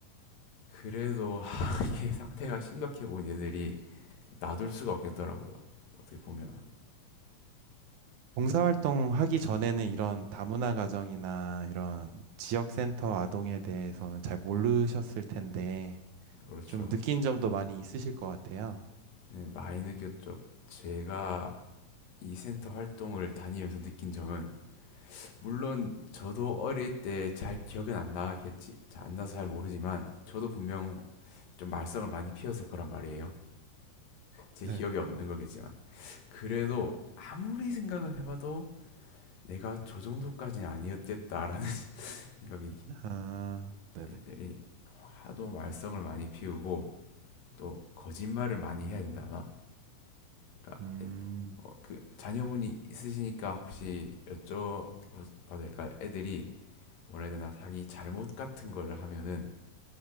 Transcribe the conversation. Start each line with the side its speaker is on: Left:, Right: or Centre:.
Left: 그래도 <laughs> 하, 이게 상태가 심각해 보인 애들이 놔둘 수가 없겠더라고요. 어떻게 보면
Right: 봉사활동 하기 전에는 이런 다문화 가정이나 이런 지역센터 아동에 대해서는 잘 모르셨을 텐데
Left: 그렇죠.
Right: 좀 느낀 점도 많이 있으실 것 같아요.
Left: 네, 많이 느꼈죠. 제가 이 센터 활동을 다니면서 느낀 점은 물론 저도 어릴 때 잘 기억은 안 나겠지 안 나서 잘 모르지만 저도 분명 좀 말썽을 많이 피웠을 거란 말이에요. 제
Right: 네.
Left: 기억이 없는 거겠지만 그래도 아무리 생각을 해봐도 내가 저 정도까지는 아니었겠다라는 <laughs> 생각이
Right: 아, 네네.
Left: 애들이 하도 말썽을 많이 피우고 또 거짓말을 많이 해야 된다나? 그러니까
Right: 음,
Left: 애- 어, 그 자녀분이 있으시니까 혹시 여쭤봐도 될까? 애들이 뭐라 해야 되나 자기 잘못 같은 거를 하면은